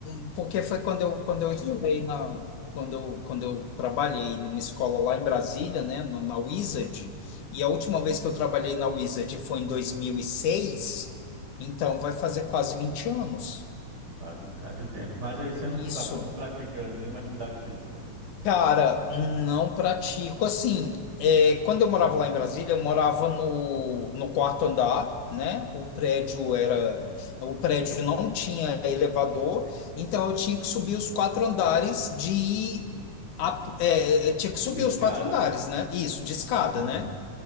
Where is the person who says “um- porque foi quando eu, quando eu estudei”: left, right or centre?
Left